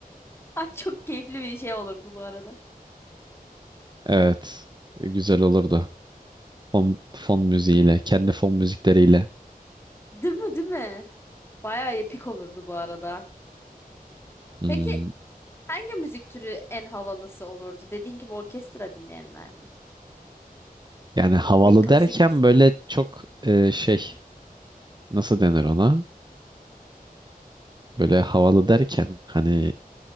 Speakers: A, on the left; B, on the right.
A: <laughs> Ay çok keyifli bir şey olurdu bu arada.
B: Evet. Güzel olurdu. Fon, fon müziğiyle, kendi fon müzikleriyle.
A: Değil mi, değil mi? Bayağı epik olurdu bu arada.
B: Hmm,
A: Peki hangi müzik türü en havalısı olurdu? Dediğin gibi orkestra dinleyenler mi?
B: yani havalı
A: Şey klasik
B: derken
A: müzik.
B: böyle çok e, şey nasıl denir ona? Böyle havalı derken hani